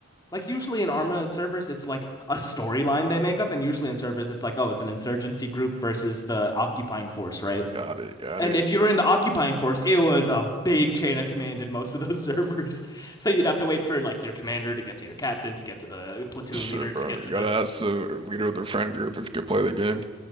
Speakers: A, on the left; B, on the right.
A: Like usually in Arma servers, it's like a storyline they make up, and usually in servers, it's like, oh, it's an insurgency group versus the occupying force, right?
B: Got it, got
A: And
B: it.
A: if you were in the occupying force, it was a big chain of command in most of those <laughs> servers. So you'd have to wait for like your commander to get to your captain, to get to the platoon
B: Sure,
A: leader,
B: bro.
A: to get
B: You
A: to
B: gotta
A: the
B: ask the leader of the friend group if you could play the game.